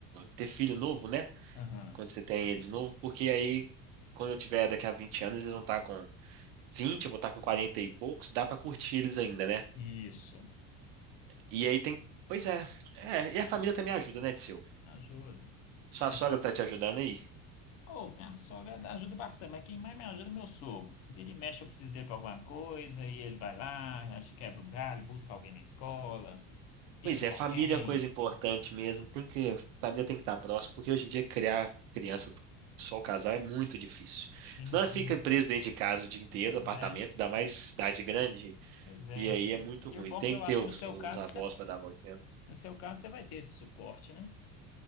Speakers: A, on the right; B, on the left.
A: ter filho novo, né?
B: Aham,
A: Quando você tem eles novo, porque aí, quando eu tiver daqui a 20 anos, eles vão estar com 20, eu vou estar com 40 e poucos, dá pra curtir eles ainda, né?
B: isso,
A: E aí tem. Pois é. É, e a família também ajuda, né, Disseu?
B: ajuda.
A: Sua
B: É,
A: sogra tá te ajudando aí?
B: Oh, minha sogra dá- ajuda bastante, mas quem mais me ajuda é meu sogro. Vira e mexe, eu preciso dele pra alguma coisa, e ele vai lá, a gente quebra um galho, busca alguém na escola, fica
A: Pois é,
B: com
A: família
B: alguém.
A: é coisa importante mesmo. Tem que. Família tem que estar próximo, porque hoje em dia criar criança só o casal é muito difícil.
B: Sim,
A: Senão
B: sim.
A: ela fica presa dentro de casa o dia inteiro,
B: Pois
A: apartamento,
B: é,
A: dá mais cidade grande.
B: pois é.
A: E aí é muito
B: E
A: ruim.
B: o bom
A: Tem
B: é que eu
A: que
B: acho
A: ter os,
B: que no seu
A: os
B: caso,
A: avós
B: você,
A: para dar a voltinha.
B: no seu caso, você vai ter esse suporte, né?